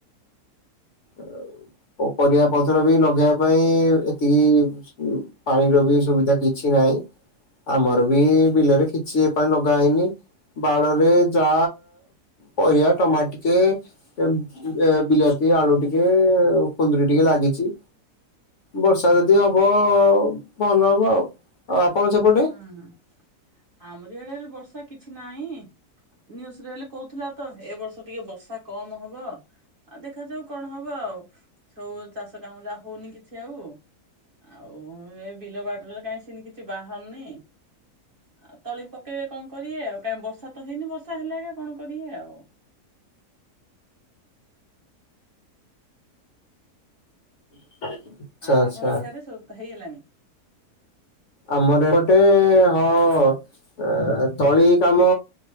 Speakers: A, on the left (about 55°); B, on the right (about 35°).
A: ଓ ଉ ପରିବା ପତ୍ର ବି ଲଗେଇବା ପାଇଁ ଏତିକି ଛୁ ପାଣିର ବି ସୁବିଧା କିଛି ନାହିଁ। ଆମର ବି ବିଲରେ କିଛି ଏ ପାଳି ଲଗା ହେଇନି। ବାଡରେ ଯା ପରିବା ଟମାଟ ଟିକେ ଏମ ଏ ବିଲାତି ଆଳୁ ଟିକେ କୁନ୍ଦୁରି ଟିକେ ଲାଗିଛି। ବର୍ଷା ଯଦି ହବ ଭଲ ହବ ଆଉ ଆଉ ଆପଣ ସେପଟେ
B: ହୁଁ ହୁଁ ଆମରି ଆଡେରେ ବର୍ଷା କିଛି ନାହିଁ। ନିୟୁ ସିରିଏଲ କହୁଥିଲା ତ ଏ ବର୍ଷ ଟିକେ ବର୍ଷା କମ ହବ। ଆଉ ଦେଖାଯାଉ କଣ ହବ ଆଉ ସବୁ ଚାଷ କାମ ଯାହା ହଉନି କିଛି ଆଉ ଆଉ ଏ ବିଲ ବାଡିରେ କାଇଁ ସିନି କିଛି ବାହାରୁନି। ଆ ତଳି ପକେଇବେ କଣ କରିବେ ଆଉ କାହିଁ ବର୍ଷା ତ ହେଇନି ବର୍ଷା ହେଲେ ଏକା କଣ କରିବେ ଆଉ।
A: <inaudible>
B: ଆଉ
A: ଆଚ୍ଛା।
B: ଆପଣଙ୍କ ସିଆଡେ ସବୁତ ହେଇଗଲାଣି?
A: ଆମର ଏପଟେ ହଁ ଏ ତଳି କାମ